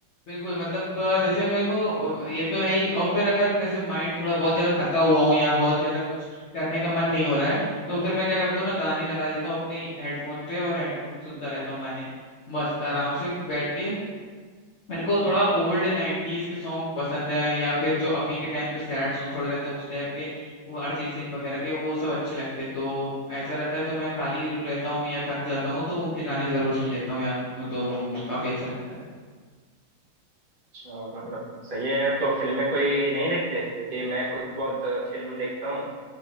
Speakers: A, on the left; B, on the right.
A: बिल्कुल मतलब अ, जैसे मेरे को अ, ये तो है ही और फिर अगर जैसे माइंड थोड़ा बहुत ज्यादा थका हुआ हूँ या बहुत ज्यादा कुछ करने का मन नहीं हो रहा है तो फिर मैं क्या करता हूँ ना गाने लगा देता हूँ अपने हेडफोन पे और हेडफोन सुनता रहता हूँ गाने मस्त आराम से बैठ के मेरे को थोड़ा ओल्ड नाइन्टीज के सॉन्ग पसंद है या फिर जो अभी के टाइम पे सैड सॉन्ग थोड़े रहते हैं उस टाइप के वो अरिजीत सिंह वगैरह के वो सब अच्छे लगते हैं तो ऐसा रहता है तो मैं खाली रहता हूँ या थक जाता हूँ तो उनके गाने जरूर सुन लेता हूँ यार तो म- काफी अच्छा लगता है
B: अच्छा, मतलब सही है यार तो फिल्में कोई नहीं देखते क्योंकि मैं खुद बहुत अ, फिल्म देखता हूँ